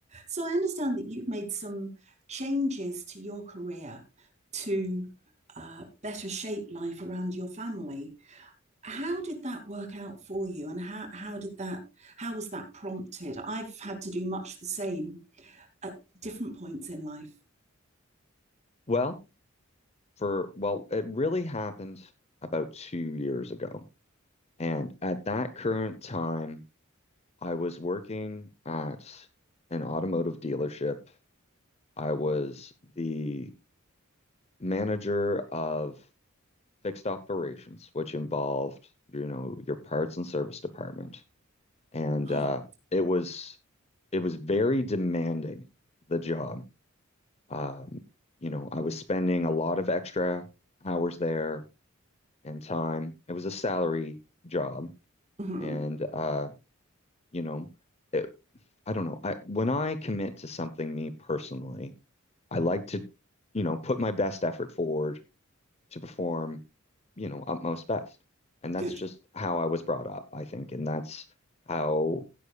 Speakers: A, on the right (about 30°); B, on the left (about 30°).
A: So I understand that you've made some changes to your career to uh, better shape life around your family. How did that work out for you, and how how did that how was that prompted? I've had to do much the same at different points in life.
B: Well, for well, it really happened about two years ago. And at that current time, I was working at an automotive dealership. I was the manager of fixed operations, which involved, you know, your parts and service department. And
A: Ah,
B: uh, it was it was very demanding, the job. Um, you know, I was spending a lot of extra hours there and time. It was a salary job.
A: mhm,
B: And, uh, you know, it, I don't know. I, when I commit to something, me personally, I like to, you know, put my best effort forward to perform, you know, utmost best. And that's
A: good.
B: just how I was brought up, I think. And that's how,